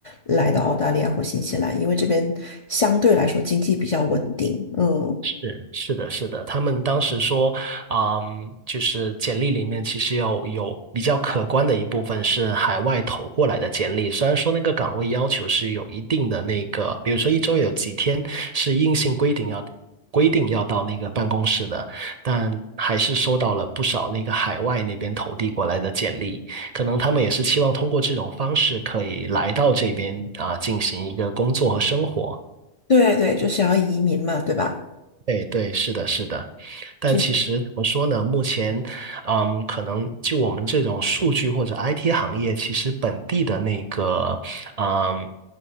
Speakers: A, on the left; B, on the right.
A: 来到澳大利亚或新西兰，因为这边相对来说经济比较稳定。嗯，
B: 是是的，是的，他们当时说，嗯，就是简历里面其实有有比较可观的一部分是海外投过来的简历，虽然说那个岗位要求是有一定的那个，比如说一周有几天是硬性规定要规定要到那个办公室的，但还是收到了不少那个海外那边投递过来的简历，可能他们也是期望通过这种方式可以来到这边啊，进行一个工作和生活。
A: 对对，就想要移民嘛，对吧？
B: 对对，是的，是的，但其实怎么说呢？
A: 就。
B: 目前，嗯，可能就我们这种数据或者 IT 行业，其实本地的那个，嗯，